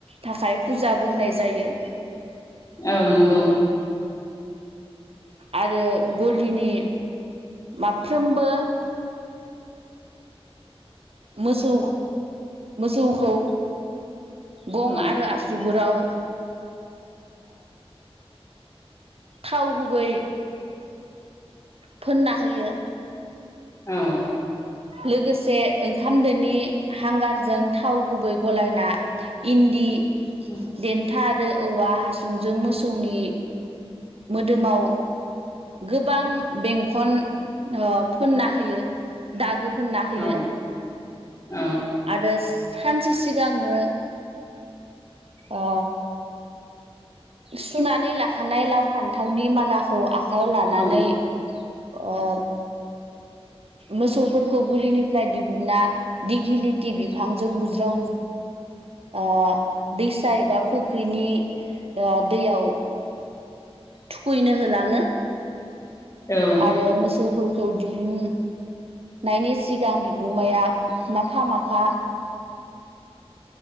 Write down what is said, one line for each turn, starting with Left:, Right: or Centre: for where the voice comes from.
Right: थाखाय फुजाबो होनाय जायो
Left: औ नंगौ
Right: आरो गलिनि माफ्रोमबो मोसौ मोसौखौ गं
Left: औ
Right: आरो आस ओ बिुगुराव थाव गुबै फोनना होयो
Left: औ
Right: लोगोसे ओंखाम दोनि हांगारजों थाव गुबै गलायना हन्दी
Left: उ
Right: देन्था आरो औवा हासुंजों मोसौनि मोदोमाव गोबां बेंखन फोनना होयो दागो फोनना होयो
Left: औ औ
Right: आरो सानसे सिगांनो ओ सुनानै लाखानाय लाव फान्थावनि मालाखौ आखाइायाव लानानै
Left: औ
Right: अ मोसौफोरखौ गुलिनिफ्राय दिहुनना दिगिलिथि बिफांजों बुज्रावज ओ दैसा एबा फुख्रिनि ओ दैयाव थुखैनो होलाङो
Left: औ
Right: आरो मोसौफोरखौ दिहुन नायनि सिगां बिगोमाया माफा माफा